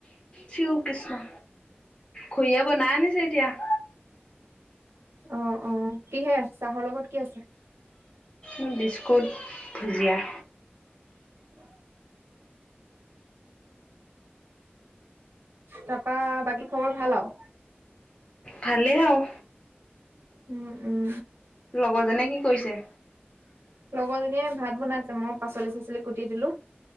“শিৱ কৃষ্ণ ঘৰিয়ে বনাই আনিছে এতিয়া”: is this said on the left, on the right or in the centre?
Left